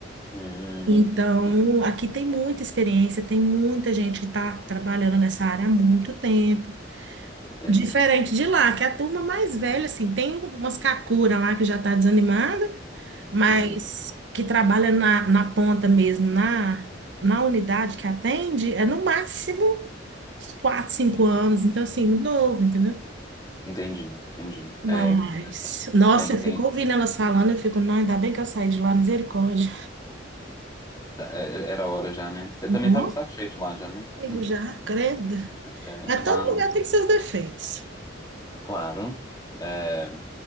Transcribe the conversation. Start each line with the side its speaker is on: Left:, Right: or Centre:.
Left: Hum.
Right: Então,
Left: Hum.
Right: aqui tem muita experiência, tem muita gente que está trabalhando nessa área há muito tempo.
Left: Entendi.
Right: Diferente de lá, que a turma mais velha, assim, tem umas cacuras lá que já está desanimada, mas
Left: Uhum.
Right: que trabalha na, na ponta mesmo, na, na unidade que atende, é no máximo uns 4, 5 anos. Então, assim, muito novo, entendeu?
Left: Entendi, entendi.
Right: Mas,
Left: É, então,
Right: nossa,
Left: tem,
Right: eu
Left: tem,
Right: fico ouvindo elas falando, eu fico, não, ainda bem que eu saí de lá, misericórdia.
Left: tá, é, era hora já, né? Você
Right: Não,
Left: também tava de saco cheio de lá já, né?
Right: amigo,
Left: Hum.
Right: já, credo.
Left: É,
Right: a
Left: lá,
Right: todo lugar tem seus defeitos.
Left: claro. É,